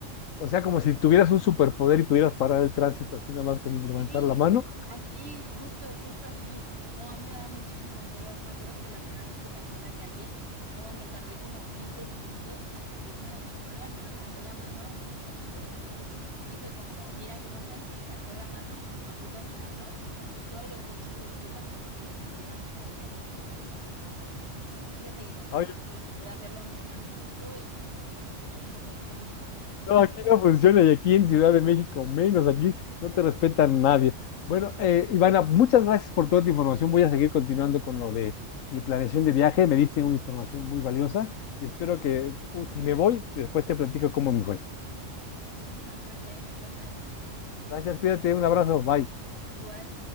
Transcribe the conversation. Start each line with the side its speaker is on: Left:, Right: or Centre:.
Left: O sea, como si tuvieras un superpoder y pudieras parar el tránsito así nada más como
Right: Sí,
Left: levantar la mano.
Right: así, justo, justo así. No, a mí me daba muchísimo miedo. Me acuerdo que la primera vez que pasé la calle, oh, me tardé como 20 minutos hasta que una señora me agarró la mano y me dijo de que, o sea, me hizo como, mira cómo se hace y sacó la mano y se pasó caminando y todos los coches y las motos se detuvieron y de ahí aprendí cómo pasar las calles. Fíjate que cuando
Left: Ay,
Right: regresé traté de hacer lo mismo en México y aquí no funciona.
Left: no, aquí no funciona y aquí en Ciudad de México menos, aquí no te respetan nadie. Bueno, eh, Ivana, muchas gracias por toda tu información. Voy a seguir continuando con lo de mi planeación de viaje. Me diste una información muy valiosa y espero que uh, si me voy, después te platico cómo me fue.
Right: <laughs> Muchísima suerte, ahí me cuentas.
Left: Gracias, cuídate, un abrazo, bye.
Right: Igual.